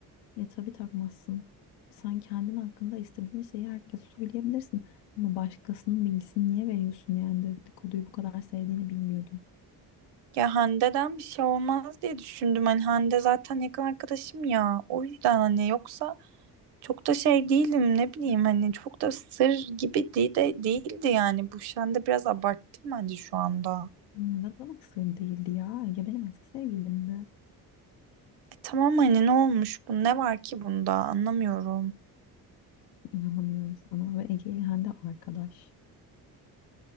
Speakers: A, on the left; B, on the right.
A: Ya tabii takmazsın. Sen kendin hakkında istediğin şeyi herkese söyleyebilirsin. Ama başkasının bilgisini niye veriyorsun yani dedikoduyu bu kadar sevdiğini bilmiyordum.
B: Ya Hande'den bir şey olmaz diye düşündüm. Hani Hande zaten yakın arkadaşım ya. O yüzden hani yoksa çok da şey değilim ne bileyim hani çok da sır gibi de, de değildi yani. Bu Hande biraz abarttım bence şu anda.
A: Hmm, Ne demek sır değildi ya. Ege benim eski sevgilimdi.
B: E tamam hani ne olmuş bu ne var ki bunda anlamıyorum.
A: İnanamıyorum sana ve Ege İlhan de arkadaş.